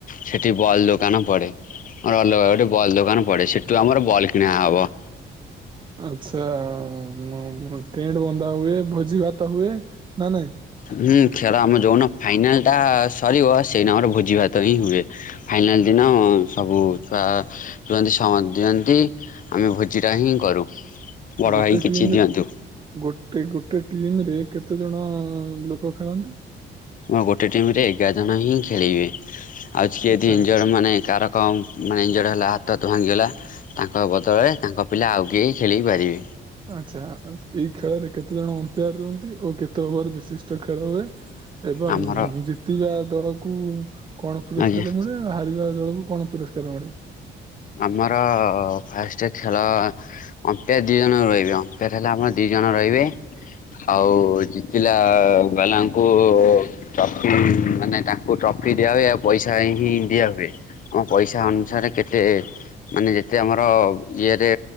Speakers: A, on the left; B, on the right.
A: ସେଠି ବଲ୍ ଦୋକାନ ପଡ଼େ। ଅଲଗା ଗୋଟେ ବଲ୍ ଦୋକାନ ପଡ଼େ। ସେଠୁ ଆମର ବଲ୍ କିଣା ହବ।
B: ଆଚ୍ଛା-ଆ-ଆ-ମ ଟେଣ୍ଟ ବନ୍ଧା ହୁଏ, ଭୋଜି ଭାତ ହୁଏ। ନା ନାଇଁ
A: ହୁଁ, ଖେଳ ଆମ ଯୋନ ଫାଇନାଲଟା ସ ସରିବ, ସେଇନ ଆମର ଭୋଜି ଭାତ ହିଁ ହୁଏ। ଫାଇନାଲ୍ ଦିନ ସବୁ ଛୁଆ ରୁହନ୍ତି, ସ- ମଧ୍ୟନ୍ତି ଆମେ ଭୋଜିଟା ହିଁ କରୁ। ବଡ଼
B: ଗୋଟେ
A: ଭାଇ କିଛି
B: ଟିମ୍
A: ଦିଅନ୍ତୁ।
B: ଗୋଟେ ଗୋଟେ ଟିମ୍ ରେ କେତେ ଜଣ ଲୋକ ଖେଳନ୍ତି?
A: ଅଁ ଗୋଟେ ଟିମ୍ ରେ ଏଗାର ଜଣ ହିଁ ଖେଳିବେ। ଆଜ୍ କେ
B: ଆଚ୍ଛା
A: ଦି ଇନ୍ଜର ମାନେ ଏକାରକମ ମାନେ ଇଞ୍ଜର ହେଲା ହାତ ତ ଭାଙ୍ଗିଗଲା। ତାଙ୍କ ବଦଳରେ ତାଙ୍କ ପିଲା ଆଉ କେହି ଖେଳି ପାରିବେ।
B: ଆଚ୍ଛା, ଏଇ ଖେଳରେ କେତେ ଜଣ ଅମ୍ପେୟାର ରୁହନ୍ତି ଓ କେତେ ଓଭର ବିଶିଷ୍ଟ ଖେଳ ହୁଏ? ଏବଂ
A: ଆମର
B: ଜିତିବା ଦଳକୁ କଣ ପୁରସ୍କାର
A: ଆଜ୍ଞା
B: ମିଳେ? ହାରିବା ଦଳକୁ କଣ ପୁରସ୍କାର ମିଳେ?
A: ଆମର ଫାଷ୍ଟ ଖେଳ ଅମ୍ପେୟାର ଦି ଜଣ ରହିବେ। ଅମ୍ପୋର ହେଲା ଆମର ଦି ଦି ଜଣ ରହିବେ। ଆଉ ଜିତିଲା ବାଲାଙ୍କୁ ଟ୍ରଫି ମାନେ ତାଙ୍କୁ ଟ୍ରଫ୍ ଦିଆ ହୁଏ ଆଉ ପଇସା ହିଁ ଦିଆ ହୁଏ। ଆମ ପଇସା ଅନୁସାରେ କେତେ ମାନେ ଯେତେ ଆମର ଇଏରେ